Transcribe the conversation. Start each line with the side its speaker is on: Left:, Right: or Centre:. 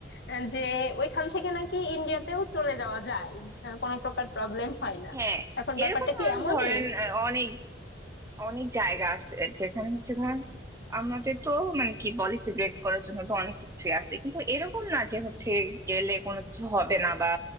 Left: আহ, যে ওইখান থেকে নাকি ইন্ডিয়াতেও চলে যাওয়া যায় আহ, কোনো প্রকার প্রবলেম হয় না
Right: হ্যাঁ
Left: এখন ব্যাপারটা
Right: এরকম
Left: কি
Right: অনেক
Left: এমনই
Right: ধরেন আহ, অনেক অনেক জায়গা আছে যেখানে হচ্ছে ধরেন আমাদের তো মানে কি পলিসি ব্রেক করার জন্য তো অনেক কিছুই আছে কিন্তু এরকম না যে হচ্ছে গেলে কোনো কিছু হবে না বা